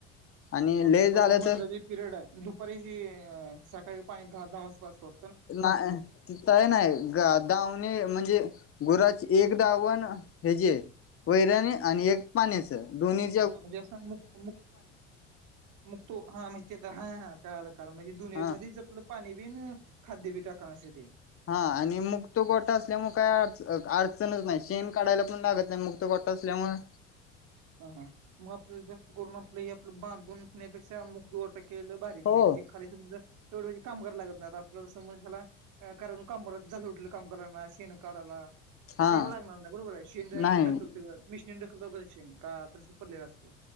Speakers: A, on the left; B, on the right.
A: आणि
B: मग
A: लय
B: ती परत
A: झालं
B: मधलं
A: तर
B: जे पिरियड हाय धु परेशी अ सकाळी पाहुणे दहा दहा वाजता असतो.
A: न्हाय ती काय न्हाय गा दावणे म्हणजे गुराची एक दावण हेजी वैरणी आणि एक पाण्याच दोन्ही
B: हा म्हणजे असं मुन मूक मग तु हा म तेझ हा हा कळाल कळाल म्हणजे दोन्ही
A: हा
B: मधीच संपलं पाणी बीन खाद्य बी टाका असं ते
A: हा आणि मग तो गोठा असल्यामुळे काय आज अडचणच न्हाय शेण काढायला पण लागत नाही मग तो गोठा असल्यामुळं
B: हा हा, म आपल्याला जास्त करून आपलं हे आपलं बांधून असण्यापेक्षा मु दो टक्याला केलं भारी म्हणजे
A: हो
B: म्हणजे खाली समजा एवढं कामगार लागत नाय आता आपल्याला समोरच्याला कारण <unintelligible> झालं उठलं <unintelligible> शेण काढायला. तसं
A: हा
B: हेला लागणार नाही बरोबर आहे शेन डायरेक्ट
A: नाही
B: ढकलतय मिशीनीन ढकलत शेण का तसंच पडलेल असतय?